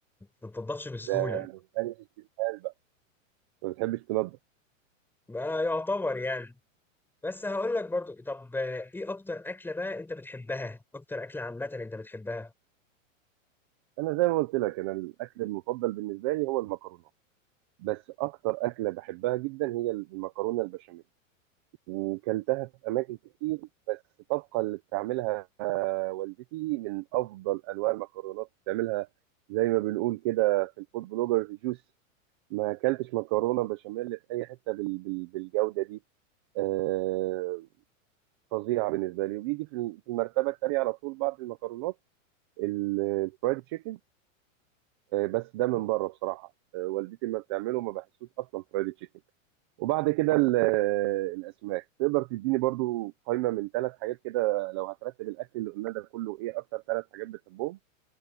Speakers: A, in the centre; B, on the right.
A: ما بتنضفش بسهوله
B: ده ما بتحبش استسهال بقى ما بتحبش تنضف
A: بقى يعتبر يعني بس هقول لك برضو طب آه، ايه اكتر اكله بقى انت بتحبها اكتر اكله عامه انت بتحبها
B: انا زي ما قلت لك انا الاكل المفضل بالنسبه لي هو المكرونه بس اكتر اكله بحبها جدا هي المكرونه البشاميل وكلتها في اماكن كتير بس طبقا اللي بتعملها آه، والدتي من افضل انواع المكرونات بتعملها زي ما بنقول كده في الفود بلوجرز جوسي ما اكلتش مكرونه بشاميل في اي حته بال- بال- بالجوده دي آه، فظيعه بالنسبه لي وبيجي في ال- في المرتبه الثانيه على طول بعد المكرونات الفرايد تشيكن بس ده من بره بصراحه آه، والدتي لما بتعمله ما بحسوش اصلا فرايد تشيكن وبعد كده ال- الاسماك تقدر تديني برضو قائمه من ثلاث حاجات كده لو هترتب الاكل اللي قلنا ده كله ايه اكتر ثلاث حاجات بتحبهم